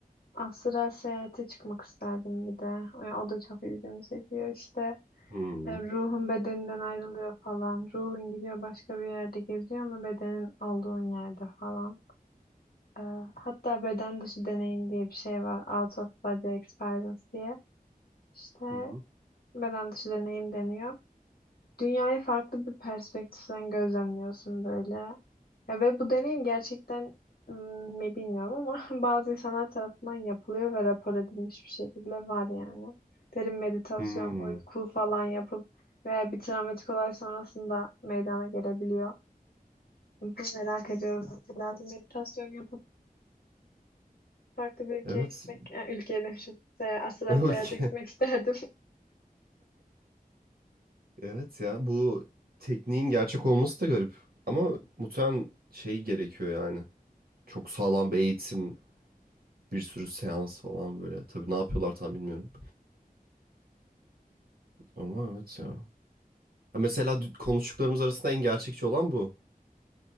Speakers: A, on the left; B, on the right.
A: astral seyahate çıkmak isterdim bir de. Ya O da çok ilgimi çekiyor işte.
B: Hmm.
A: Ya ruhun bedeninden ayrılıyor falan. Ruhun gidiyor başka bir yerde geziyor ama bedenin olduğun yerde falan. Ee, hatta beden dışı deneyim diye bir şey var. Out of body experience diye. İşte
B: Hı hı.
A: beden dışı deneyim deniyor. Dünyayı farklı bir perspektiften gözlemliyorsun böyle. Ya ve bu deneyim gerçekten ım, mi bilmiyorum ama <laughs> bazı insanlar tarafından yapılıyor ve rapor edilmiş bir şekilde var yani. Derin meditasyon,
B: Hmm.
A: uyku falan yapıp veya bir travmatik olay sonrasında meydana gelebiliyor. Bunu merak ediyorum mesela. Bir meditasyon yapıp farklı bir ülkeye
B: Evet.
A: gitmek, e, ülkeye demişim. Se- Asla
B: <laughs> Öyle.
A: seyahate gitmek isterdim. <laughs>
B: Evet ya bu tekniğin gerçek olması da garip. Ama muhtemelen şey gerekiyor yani. Çok sağlam bir eğitim, bir sürü seans falan böyle. Tabii ne yapıyorlar tam bilmiyorum. Ama evet ya. Ha mesela dü- konuştuklarımız arasında en gerçekçi olan bu.